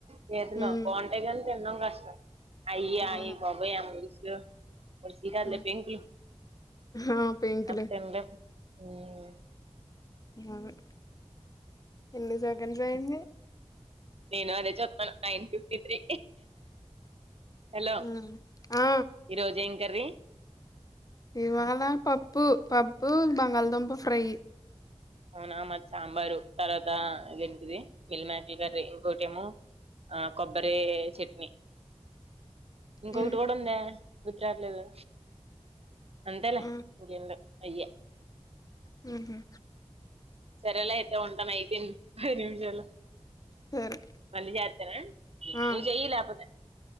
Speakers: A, on the right; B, on the left.
A: పీతలు
B: హ్మ్
A: బాగుంటాయి కానీ. తినడం కష్టం. అయి
B: అవును
A: అయి బాబో అం <unintelligible> శీరా
B: ఉమ్,
A: లేపింగి
B: ఆ పెంకులు
A: అ హ్మ్
B: అదే ఎన్ని సెకన్స్ అయింది
A: నేనూ అదే చూత్తన్నాను నైన్ ఫిఫ్టీ త్రీ హలో
B: హ్మ్ ఆ
A: ఈరోజేం కర్రీ
B: ఇవాళ పప్పు పప్పు బంగాళదుంప ఫ్రై
A: అవునా మాది సాంబారు తర్వాత ఇదేంటిది మిల్ మేకర్ కర్రీ ఇంకోటేమో ఆ కొబ్బరీ చట్నీ ఇంకోకటి
B: హ్మ్
A: కూడ ఉందే గుర్తు రాట్లేదు అంతేలే
B: హ్మ్
A: ఇంకేం లే అయ్యే
B: హుమ్ హు
A: సరేలే అయితే ఉంటానయ్ తిన్ పది నిమిషాలు
B: సరే
A: మళ్ళీ చేత్తానే
B: ఆ
A: నువ్వు చెయ్ లేపోతే